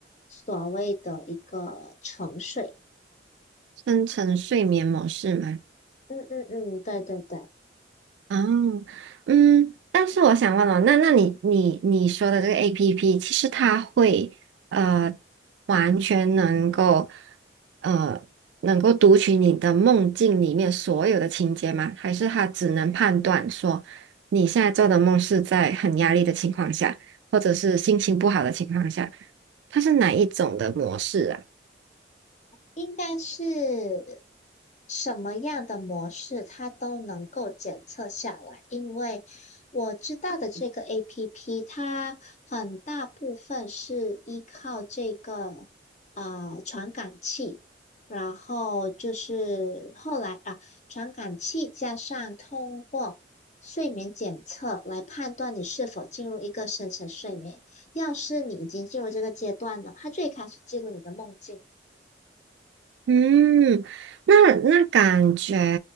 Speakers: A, on the left; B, on the right.
A: 所谓的一个沉睡。
B: 生成睡眠模式吗？
A: 嗯嗯嗯，对对对。
B: 嗯嗯，但是我想问哦，那那你你你说的这个 APP，其实它会呃完全能够呃能够读取你的梦境里面所有的情节吗？还是它只能判断说你现在做的梦是在很压力的情况下，或者是心情不好的情况下，它是哪一种的模式啊？
A: 应该是什么样的模式，它都能够检测下来。因为我知道的这个 APP，它很大部分是依靠这个啊呃传感器，然后就是后来啊，传感器加上通过睡眠检测来判断你是否进入一个深层睡眠。要是你已经进入这个阶段了，它最开始记录你的梦境。
B: 嗯，那那感觉，